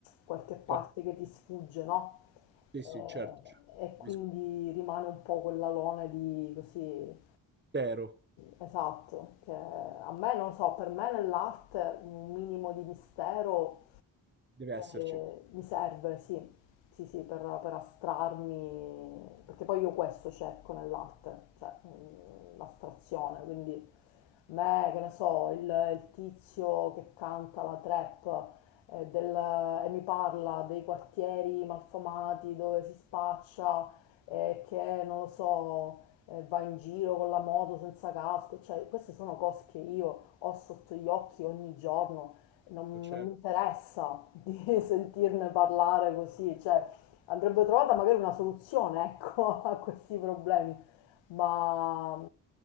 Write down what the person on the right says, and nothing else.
Qua-
Sì,
sì, certo, certo.
Capisco.
Tero,
deve esserci.
Certo.
certo.